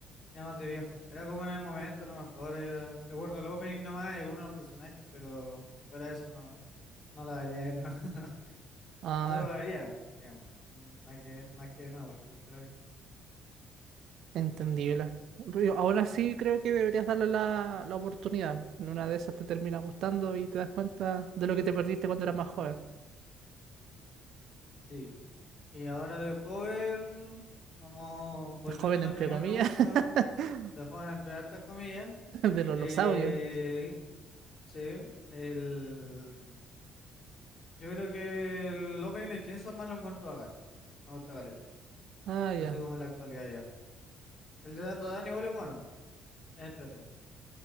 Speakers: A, on the left (about 45°); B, on the right (about 60°).
A: ya más de viejo. Era como en el momento, no me acuerdo, ahora ya recuerdo el opening nomás y algunos de los personajes, pero fuera de eso no, no la vería de nuevo. <laughs>
B: Ah,
A: O sea, no la vería, digamos, mm, más que, más que de nuevo, porque nunca la vi.
B: entendible. Pero aún así
A: Y-
B: creo que deberías darle la, la oportunidad. En una de esas te termina gustando y te das cuenta de lo que te perdiste cuando eras más joven.
A: sí, y ahora de joven, como volviendo
B: De joven,
A: a la
B: entre
A: primera
B: comillas,
A: pregunta,
B: <laughs>
A: de joven entre hartas comillas,
B: de los
A: eh,
B: losaurios.
A: sí, el... Yo creo que el opening de Chainsaw Man lo encuentro bacán. Me gusta caleta.
B: Ah, ya,
A: Así como en la actualidad ya. El de Dando Dan igual es bueno. Entrate.